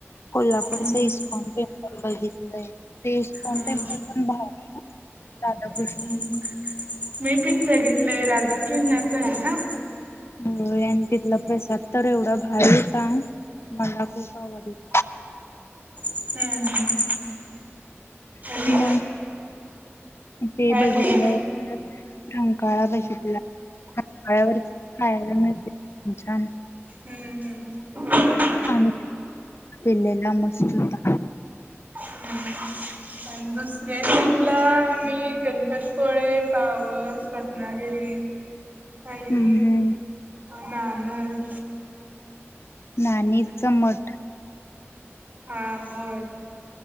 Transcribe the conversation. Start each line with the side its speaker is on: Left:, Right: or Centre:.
Left: कोल्हापूरच
Right: हम्म
Left: इस्कॉन टेम् पल बघितलंय, ते इस्कॉन
Right: हा
Left: टेम्पल भारी राधाकृष्ण
Right: हम्म, मी पण बघितलंय राधा कृष्णाचा आहे ना?
Left: होय, आणि तिथला प्रसाद तर एवढा भारी होता. मला खूप आवडला.
Right: हम्म हम्म हम्म. आणि
Left: पुन्हा ते
Right: काय
Left: बघितलंय
Right: नाही
Left: परत रंकाळा बघितला. रंकाळ्यावर खायला मिळतंय खूप छान.
Right: हम्म. होय.
Left: आम्ही पिलेला मस्त होता.
Right: हम्म हम्म, पण दुसऱ्या ट्रीपला आम्ही गणपतपुळे, पावस, रत्नागिरी आणि
Left: हम्म हम्म
Right: नानद
Left: नानीचा मठ.
Right: हा होय.